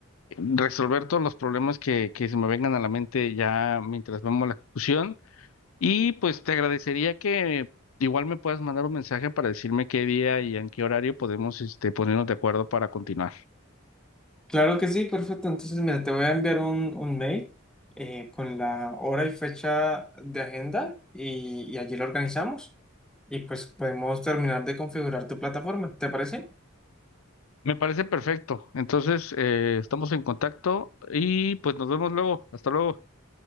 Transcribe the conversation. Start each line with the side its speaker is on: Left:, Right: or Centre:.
Left: resolver todos los problemas que, que se me vengan a la mente ya mientras vemos la ejecución. Y pues te agradecería que igual me puedas mandar un mensaje para decirme qué día y en qué horario podemos este, ponernos de acuerdo para continuar.
Centre: Claro que sí, perfecto. Entonces, mira, te voy a enviar un, un mail eh, con la hora y fecha de agenda y, y allí lo organizamos y pues podemos terminar de configurar tu plataforma, ¿te parece?
Left: Me parece perfecto. Entonces, eh, estamos en contacto y pues nos vemos luego. Hasta luego.